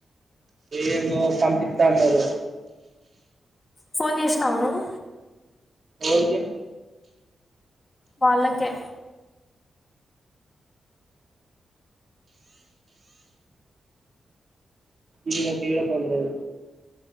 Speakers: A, on the right; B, on the left.
A: ఏమో పంపిసత అన్నారు
B: ఫోన్ చేసినావ నువు
A: ఏలికి
B: వాళ్ళకే
A: ఇనా కేడ పన్లేదు